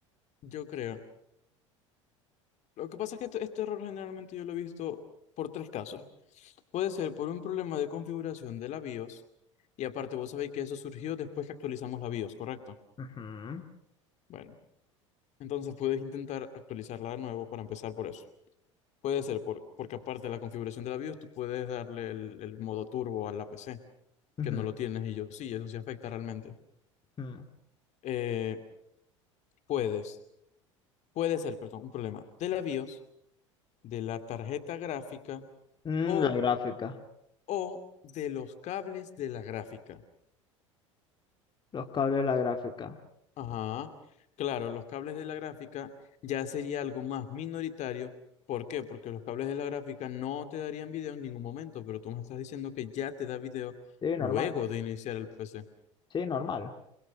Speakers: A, on the left; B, on the left.
A: yo creo. Lo que pasa es que este, este error generalmente yo lo he visto por tres casos. Puede ser por un problema de configuración de la BIOS, y aparte vos sabéis que eso surgió después que actualizamos la BIOS, ¿correcto?
B: Ujú,
A: Bueno, entonces puedes intentar actualizarla de nuevo para empezar por eso. Puede ser, por- porque aparte de la configuración de la BIOS, tú puedes darle el, el modo turbo a la PC,
B: ujú.
A: que no lo tienes y yo sí, eso sí afecta realmente.
B: Mm.
A: Eh, puedes, puede ser, perdón, un problema de la BIOS, de la tarjeta gráfica
B: Mm,
A: o,
B: la gráfica.
A: o de los cables de la gráfica.
B: Los cables de la gráfica.
A: Ajá, claro, los cables de la gráfica ya sería algo más minoritario. ¿Por qué? Porque los cables de la gráfica no te darían video en ningún momento, pero tú me estás diciendo que ya te da video
B: Sí,
A: luego
B: normal.
A: de iniciar el PC.
B: Sí, normal.